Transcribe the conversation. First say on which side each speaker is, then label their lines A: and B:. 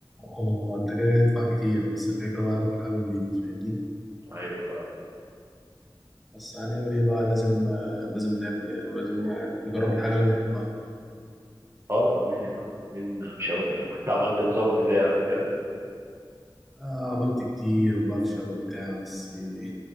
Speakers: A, in the centre; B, on the right.
A: هو انت كده كده تدفع كتير بس الفكرة بقى تاكل حاجة نضيفة فاهمني
B: ايوه فاهم
A: بس هنعمل ايه بقى لازم آه، لازم ناكل يعني ولازم نجرب الحاجة اللي بنحبها
B: اه طبيعي طبعا من مش هبطل كنت عملت نظام غذائي قبل كده
A: آه عملت كتير وبفشل وبتاع بس <laughs> يعني